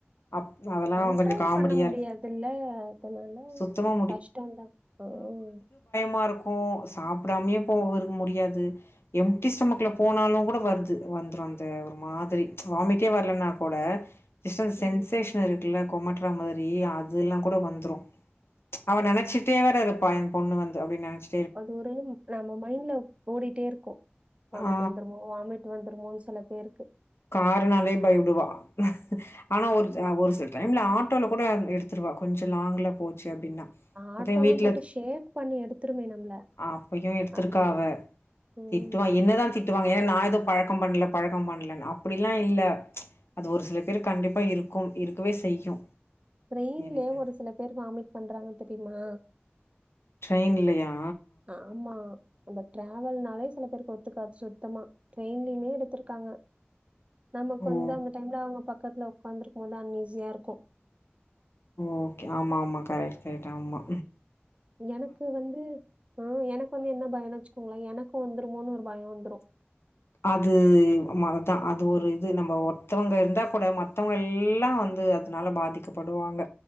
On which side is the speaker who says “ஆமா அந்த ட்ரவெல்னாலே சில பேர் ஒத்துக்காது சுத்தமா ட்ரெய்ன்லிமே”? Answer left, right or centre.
Right